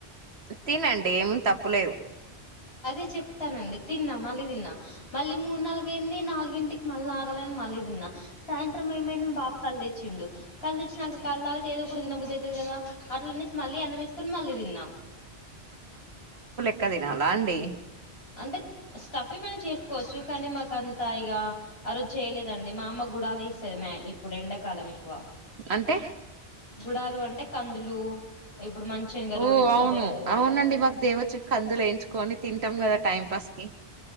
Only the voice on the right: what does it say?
తినండి ఏం తప్పులేదు
ఇంకా తినాలా అండి
అంటే
ఓ
అవును
అవునండి మాకు దేవచ్చు కందులు వేయించుకొని తింటాం కదా టైం పాస్కి